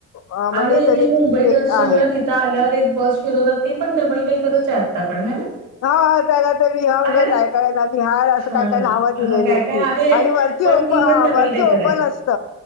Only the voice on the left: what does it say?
अ, म्हणजे
त्यांनी
ती
एक आहे
हा त्याला तर विहंग
काय काय ना विहार असं
काय काय नावं दिलेली
आहेत
ती
आणि ती
ओप हा
वरती
ओपन
असत.